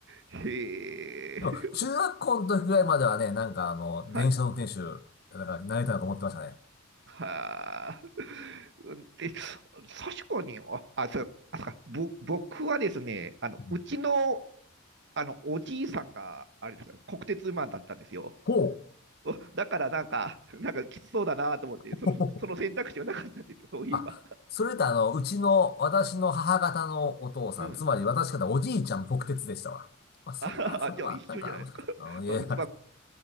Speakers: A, on the right; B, on the left.
A: へえ。
B: でも、中学校の時ぐらいまではね、なんかあの、
A: はい。
B: 電車の運転手、なんか、なりたいなと思ってましたね。
A: はあ。うんで、確かに、あ、あ、そう、あ、そうか、ぼ、僕はですね、あの、
B: うん
A: うちの、あの、おじいさんが、あれですよ、国鉄マンだったんですよ。
B: ほう。
A: おだからなんか、なんかきつそうだなと思って、
B: <laughs>
A: その、その選択肢はなかったんですよ、そういえば。
B: あ、それとあの、うちの、私の母方のお父さん、
A: うん。
B: つまり私方おじいちゃん、国鉄でしたわ。まあ、それが、
A: あ、
B: それは、
A: じゃあ一緒じゃないですか。
B: なんか、もしかしたら、あの、
A: <laughs>
B: いや、
A: まあ、うちは、